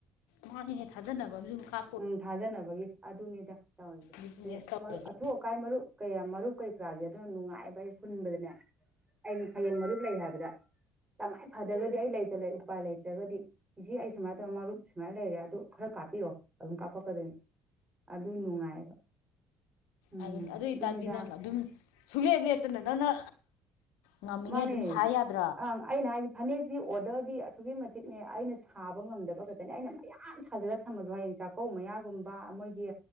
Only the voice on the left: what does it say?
ꯃꯥꯟꯅꯤꯍꯦ ꯊꯥꯖꯅꯕ ꯑꯝꯖꯨ ꯃꯈꯥ
ꯕꯤꯖꯤꯅꯦꯁ
ꯇꯧꯔꯗꯤ
ꯑꯗꯤ ꯑꯗꯨ ꯑꯣꯏꯇꯥꯔꯗꯤ
ꯅꯪ ꯑꯗꯨꯝ ꯁꯨꯡꯂꯦꯞ ꯂꯦꯞꯇꯅ ꯅꯪꯅ ꯉꯝꯃꯤꯉꯩ
ꯑꯗꯨꯝ ꯁꯥ ꯌꯥꯗ